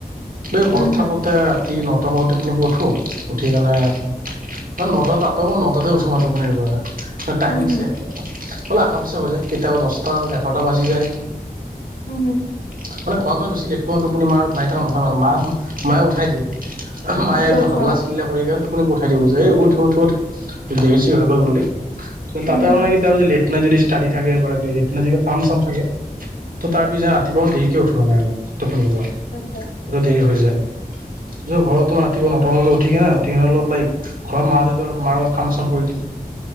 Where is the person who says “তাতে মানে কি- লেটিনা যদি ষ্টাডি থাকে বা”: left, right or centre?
Right